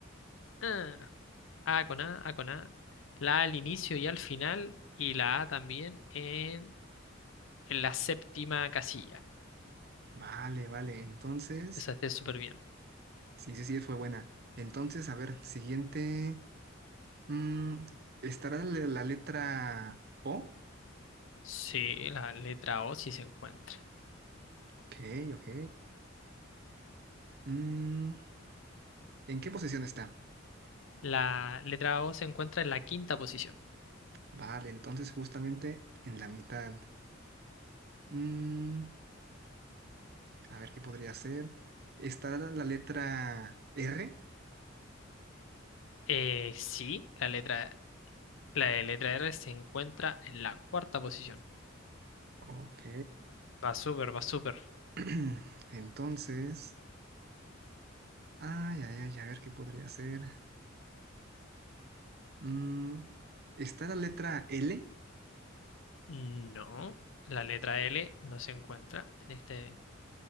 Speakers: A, on the left; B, on the right.
A: eh. A con A, A con A. La A al inicio y al final. Y la A también en, en la séptima casilla.
B: Vale, vale. Entonces,
A: Esa esté súper bien.
B: sí, sí, sí, fue buena. Entonces, a ver, siguiente. mm, ¿estará la, la letra O?
A: Sí, la letra O sí se encuentra.
B: Ok, ok. Mm, ¿en qué posición está?
A: La letra O se encuentra en la quinta posición.
B: Vale, entonces justamente en la mitad. Mm, a ver, ¿qué podría ser? ¿Estará la, la letra R?
A: Eh, sí, la letra, la de letra R se encuentra en la cuarta posición.
B: Ok.
A: Va súper, va súper.
B: <clears throat> Entonces, ay, ay, ay, a ver, ¿qué podría ser? Mm, ¿está la letra L?
A: No, la letra L no se encuentra en este.